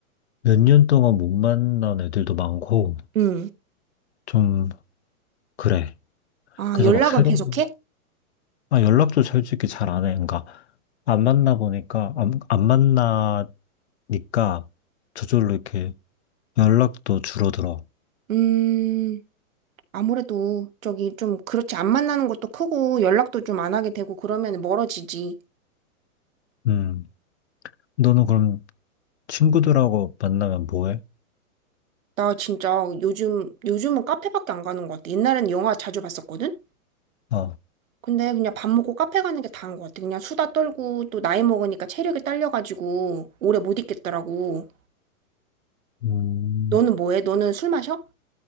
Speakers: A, on the left; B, on the right.
A: 몇 년 동안 못 만난 애들도 많고,
B: 음,
A: 좀, 그래.
B: 아,
A: 그래서
B: 연락은
A: 막 새로운,
B: 계속해?
A: 아, 연락도 솔직히 잘 안 해. 그러니까, 안 만나 보니까, 안, 안 만나니까, 저절로 이렇게 연락도 줄어들어.
B: 음, 아무래도 저기 좀 그렇지. 안 만나는 것도 크고 연락도 좀 안 하게 되고 그러면 멀어지지.
A: 음, 너는 그럼 친구들하고 만나면 뭐 해?
B: 나 진짜 요즘, 요즘은 카페밖에 안 가는 것 같아. 옛날엔 영화 자주 봤었거든?
A: 아,
B: 근데 그냥 밥 먹고 카페 가는 게 다인 것 같아. 그냥 수다 떨고 또 나이 먹으니까 체력이 딸려가지고 오래 못 있겠더라고.
A: 음,
B: 너는 뭐 해? 너는 술 마셔?